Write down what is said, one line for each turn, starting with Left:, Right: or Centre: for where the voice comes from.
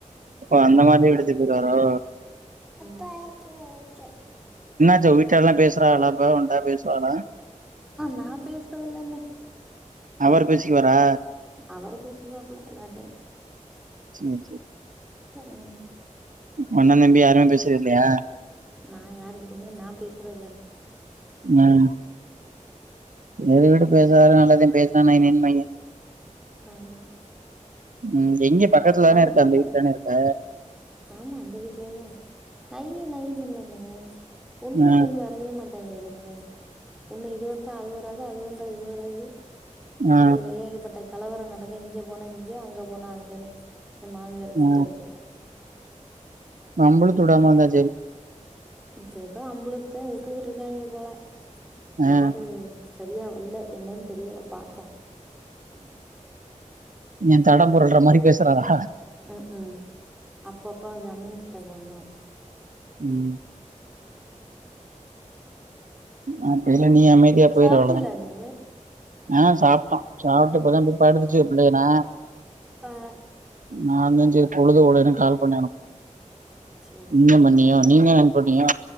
Right: அப்ப அந்த மாரி எடுத்துக்குறாரோ
Centre: பைக் இங்க
Right: உங்க வீட்டால்லாம் பேசுறாகளா இப்ப உண்ட பேசுவாளா
Centre: நான் பேசுறதுல்ன்ணே
Right: அவரு பேசிக்குவாரா
Centre: அவரு பேசிக்குவாப்ள எல்லார்டயும்
Right: சேரி
Centre: உம்
Right: ஒன்ன நம்பி யாருமே பேசுறது இல்லையா
Centre: நான் யாருகிட்டயுமே நான் பேசுறதில்லணே
Right: ஆஹ் செரி விடு பேசாததும் நல்லதுதே பேசுனாலும் நைநைய்பாய்ங்க
Centre: ஆமா
Right: உம் எங்க பக்கத்துலதான
Centre: நையிண்ணே
Right: இருப்ப அந்த வீட்ல தான இருப்ப
Centre: ஆமா அந்த வீட்லயேதே நய்யி நய்னு இல்லணே ஒண்ணு
Right: ஆ
Centre: சேந்து வரவே மாட் டே எதுக்குமே ஒன்னு இது வந்தா அது வராது அது வந்தா இது வராது
Right: ஆ
Centre: இதுல ஏகப்பட்ட கலவரம் நடக்கு இங்க போனா இங்க அங்க போனா அங்கன்னு என் மாமியாரு கூத்தடுச்சுடும்
Right: ஆ நம்பள தொடாம இருந்தா செரி
Centre: இப்ப எதோ அம்புளுத்தே வுட்டுக்கிட்டு இருக்காய்ங்க போல
Right: ஆ
Centre: மாடு சரியா வல்ல என்னன்னு தெரியல பாப்போம்
Right: ஏன் தடம் பொறள்ற மாரி பேசுறாரா
Centre: ம் ம் அப்பப்ப அது அமினிஷியாக்கு வந்துரு
Right: ம் ஆ <unintelligible> இல்ல நீ அமைதியா போயிரு
Centre: சாப்ட்டீலா
Right: அவ்ளோதா
Centre: அண்ணு
Right: ஆ சாப்ட்டோ சாப்ட்டு இப்ப தா போயி படுத்துச்சு புள்ளைக நா
Centre: ஆ
Right: நானுந்தா செரி பொழுதுபோலனு கால் பண்ணே ஒனக்கு
Centre: சேரி
Right: நீ
Centre: சேரி
Right: பண்ணியோ நீ <unintelligible> போனியா